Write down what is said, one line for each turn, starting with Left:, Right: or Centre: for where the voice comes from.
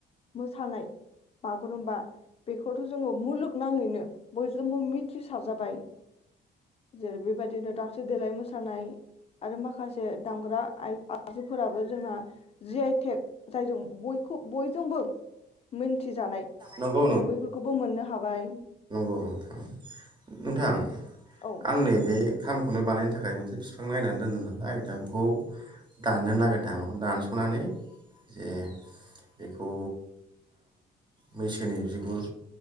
Left: मोसानाय बागुरुम्बा बेखौथ' जोङो मुलुगनाङैनो बय जोंबो मिथिसारजाबाय जेरै बेबायदिनो दावस्रि देलाय मोसानाय आरो माखासे माखासे दामग्रा आइजें फोराबो जोंना जि आइटेक जायजों बयखौ बयजोंबो मिथिजानाय
Right: नंगौ
Left: जों बैफोरखौबो मोननो हाबाय।
Right: औ नोंथां नोंथां
Left: औ
Right: आं नै बे खामखौनो बानायनो थाखाय मोनसे बिफां नायनानै दोनदों नालाय दा बेखौ दाननो नागिरदों आं बेखौ दानस'नानै जे बेखौ मैसोनि बिगुर